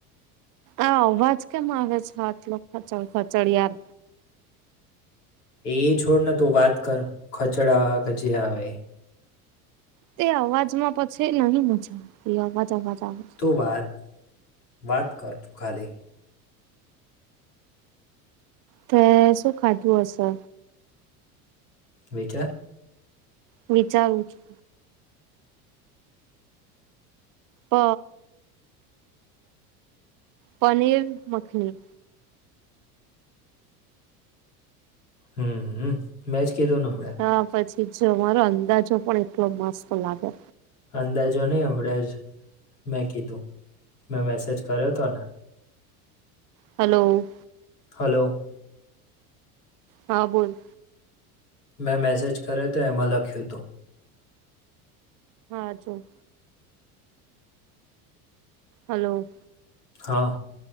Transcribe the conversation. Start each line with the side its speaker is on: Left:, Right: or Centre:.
Right: આ અવાજ કેમ આવે છે આટલો ખચડ ખચડ યાર?
Left: એ એ છોડને તો વાત કર ખચડા આવે કે જે આવે એ.
Right: તે અવાજમાં પછી નહીં મજા આવે એ અવાજ અવાજ આવે. છે.
Left: તું વાત વાત કર તું ખાલી?
Right: તે શું ખાધું હશે?
Left: વીટાર
Right: વિચારું છું. પ પનીર મખની.
Left: હમ્મ મેજ કીધું ને હમણે.
Right: હા પછી જો અંદાજો પણ એટલો મસ્ત લાગે.
Left: અંદાજો નહીં હમળં જ મેં કીધું મેં મેસેજ કર્યો હતો ને.
Right: હલો.
Left: હલો.
Right: હા બોલ.
Left: મેં મ મેસેજ કર તો એમાં લખ્યું હતું.
Right: હા જો. હલો.
Left: હા.